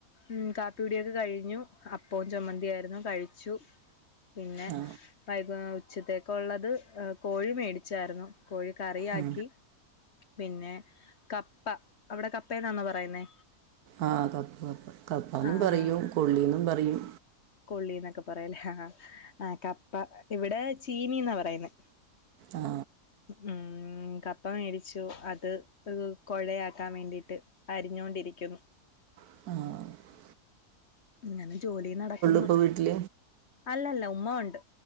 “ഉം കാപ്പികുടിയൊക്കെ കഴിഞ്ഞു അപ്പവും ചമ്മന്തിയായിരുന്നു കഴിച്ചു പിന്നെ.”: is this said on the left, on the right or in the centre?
Left